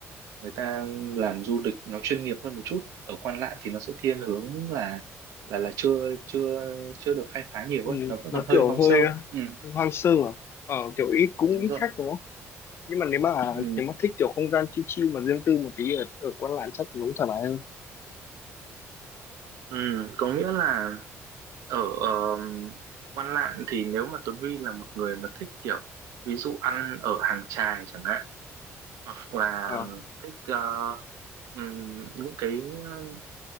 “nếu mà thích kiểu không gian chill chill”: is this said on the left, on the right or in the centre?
Left